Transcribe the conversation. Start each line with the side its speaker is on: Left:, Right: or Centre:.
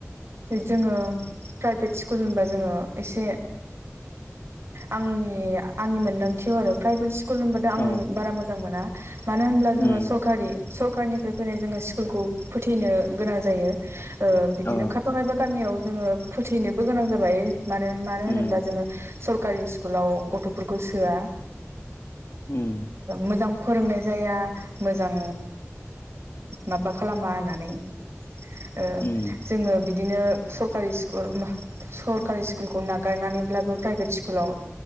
Right: जोङो प्राइभेट स्कु स्कुल होनबा जोङो एसे आंनि आंनि मोनदांथियाव आरो प्राइभेट स्कुल होनबथाय आं
Left: अ
Right: बारा मोजां मोना मानो होनब्ला
Left: उम
Right: जोङो सरकारि सरखारनिफ्राय फैनाय जोङो स्कुलखौ फोथैनो गोनां जायो। बिदिनो
Left: अ
Right: खायफा खायफा गामियाव जोङो फोथैनोबो गोनां जाबाय मानो मानो
Left: उम
Right: होनोब्ला जोङो सरकारि स्कुलाव गथ'फोरखौ सोआ
Left: उम
Right: मोजां फोरोंनाय जाया मोजां। माबा खालामा होननानै। ओ
Left: उम
Right: जोङो बिदिनो सरकारि स्कुल सरकारि स्कुलखौ नागारनानैब्लाबो प्राइभेट स्कुलाव